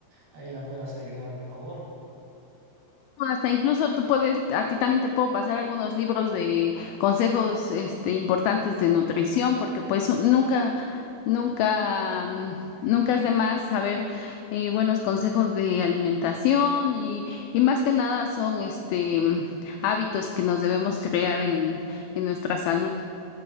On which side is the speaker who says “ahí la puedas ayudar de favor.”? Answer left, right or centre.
Right